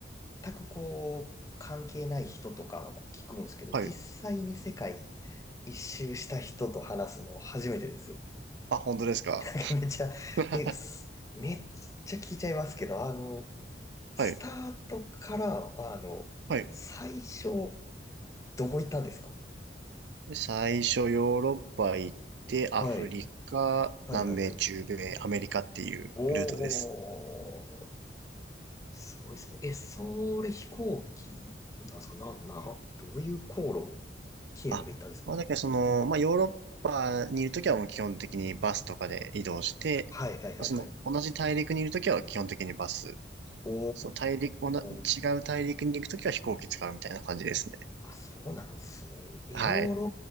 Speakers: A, on the left; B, on the right.
A: 全くこう、関係ない人とかはこう聞くんですけど、
B: <laughs> はい。
A: 実際に世界一周した人と話すの初めてです。
B: あ、本当ですか
A: なんかめっちゃ、
B: <laughs>
A: え、すめっちゃ聞いちゃいますけど、あの、スタートから、
B: はい。
A: あの、
B: はい。
A: 最初、どこ行ったんですか
B: 最初、ヨーロッパ行って、アフリカ、
A: はい。はいはいはい。
B: 南米、中米、アメリカっていうルートです。
A: おー、すごいですね。え、それ飛行機なんですかな、な、どういう航路、経路で行ったんですか
B: あ、まあ、だからその、まあ、ヨーロッパにいるときはもう基本的にバスとかで移動して、
A: はいはいはいはい。
B: まあその、同じ大陸にいるときは基本的にバス。
A: お
B: そう、大陸、おな、
A: ー、
B: 違う大陸に行くときは飛行機使うみたいな感じですね。
A: あ、そうなんですね。え、
B: はい。
A: ヨーロ